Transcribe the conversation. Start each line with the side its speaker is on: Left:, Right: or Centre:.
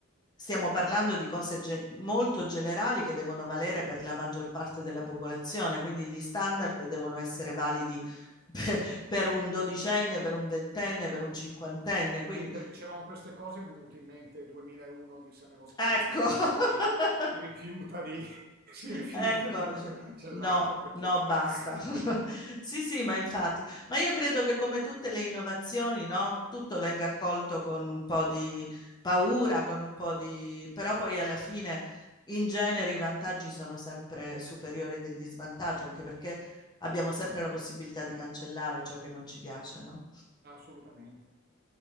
Left: stiamo parlando di cose gen- molto generali che devono valere per la maggior parte della popolazione, quindi gli standard devono essere validi <laughs> pe- per un dodicenne, per un ventenne, per un cinquantenne,
Right: Me-
Left: quindi
Right: Mentre dicevamo queste cose mi è venuto in mente 2001 di Se nello spazio,
Left: ecco. <laughs>
Right: poi si rifiuta di, <laughs> si rifiuta
Left: Ecco,
Right: di essere
Left: dice,
Right: cancellato
Left: no,
Right: perché...
Left: no, basta.
Right: <laughs>
Left: <laughs> Sì, sì, ma infatti, ma io credo che come tutte le innovazioni, no, tutto venga accolto con un po' di paura, con un po' di... però poi alla fine in genere i vantaggi sono sempre superiori degli svantaggi, anche perché abbiamo sempre la possibilità di cancellare ciò che non ci piace, no?
Right: Assolutamente.